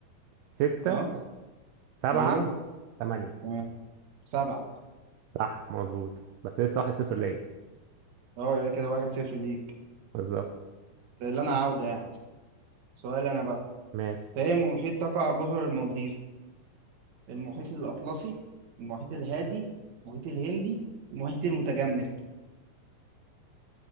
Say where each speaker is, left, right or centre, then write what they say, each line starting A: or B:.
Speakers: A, on the right; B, on the right.
A: ستة
B: أه
A: سبعة
B: أيوه
A: ثمانية
B: تمام سبعة
A: صح مظبوط بس لسه واحد صفر ليا
B: أه يبقى كده واحد صفر ليك
A: بالظبط
B: ده اللي أنا عاودة يعني سؤال أنا بقى
A: ماشي
B: في أي محيط تقع جزر المالديف؟ المحيط الأطلسي المحيط الهادي المحيط الهندي المحيط المتجمد